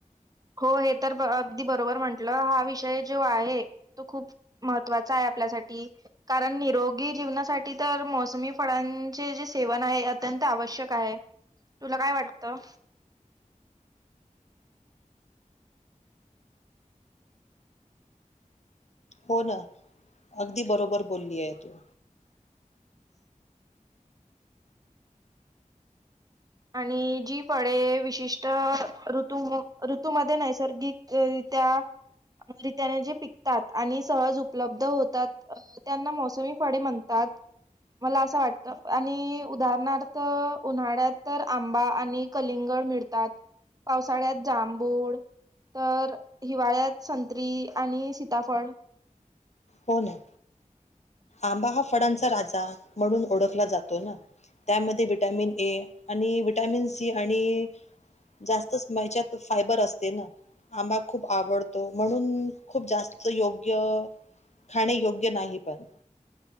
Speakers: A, on the right (about 25°); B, on the left (about 55°).
A: हो हे तर अगदी बरोबर म्हटलं हा विषय जो आहे, तो खूप महत्वाचा आहे आपल्यासाठी. कारण निरोगी जीवनासाठी तर मोसमी फळांचे जे सेवन आहे, अत्यंत आवश्यक आहे. तुला काय वाटतं?
B: हो ना अगदी बरोबर बोलली आहे तू.
A: आणि जी फळे विशिष्ट ऋतू ऋतूमध्ये नैसर्गिक रित्या रित्याने जे पिकतात आणि सहज उपलब्ध होतात. त्यांना मोसमी फळे म्हणतात. मला असं वाटत, आणि उदाहरणार्थ उन्हाळ्यात तर आंबा आणि कलिंगड मिळतात. पावसाळ्यात जांभूळ, तर हिवाळ्यात संत्री आणि सीताफळ
B: होना आंबा हा फळांचा राजा म्हणून ओळखला जातो ना. त्यामध्ये विटॅमिन ए आणि विटॅमिन सी आणि जास्तच म ह्याच्यात फायबर असते ना. आंबा खूप आवडतो, म्हणून खूप जास्त योग्य खाणे योग्य नाही पण